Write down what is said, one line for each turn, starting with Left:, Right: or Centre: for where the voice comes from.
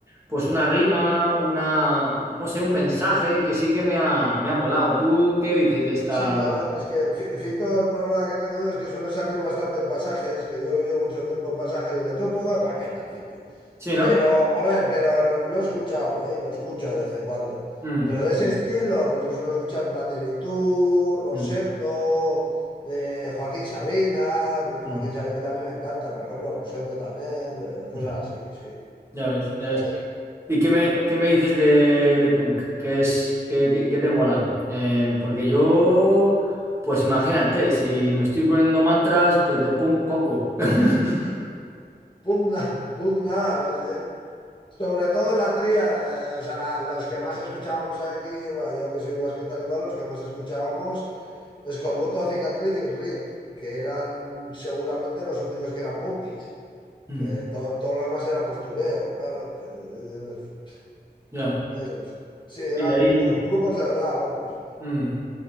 Right: pues una rima, una, no sé, un mensaje que sí que me ha, me ha molado. ¿Tú qué dices de esta?
Left: Sí, a ver, es que Fi- Fito, el problema que tengo yo es que suele salir bastante en pasajes, que yo he vivido mucho tiempo en pasajes y le tengo un poco de paquete al Fito.
Right: Sí, ¿no?
Left: Pero, a ver, pero lo, lo he escuchado, ¿eh? Y lo escucho de vez en cuando.
Right: Mm,
Left: Pero de ese
Right: mm,
Left: estilo, pues yo suelo escuchar Platero y tú, Rosendo,
Right: mm,
Left: eh, Joaquín Sabina. pues Joaquín
Right: mm,
Left: Sabina a mí me encanta, por ejemplo, Rosendo también, eh, cosas
Right: ujú.
Left: así, sí. O
Right: Ya ves, ya
Left: sea,
Right: ves.
Left: de-
Right: ¿Y qué me, qué me dices de, de Punk? ¿Qué es, qué, qué- qué te mola? Eh, porque yo, pues imagínate, si me estoy poniendo mantras, pues de Punk poco. <laughs>
Left: pugna, <laughs> pugna, pues, eh, Sobre todo la tríada, eh, o sea, la- los que más escuchábamos aquí, bueno, yo que soy vasco y tal y cual, los que más escuchábamos, Escorbuto, Cicatriz y RIP, que eran seguramente los únicos que eran punkis,
Right: Mm,
Left: que to- todo lo demás era postureo, claro. Eh, eh,
Right: ya.
Left: Eso, pues. Sí, eran
Right: Sí, ahí.
Left: gru- grupos de verdad, vamos.
Right: Mm.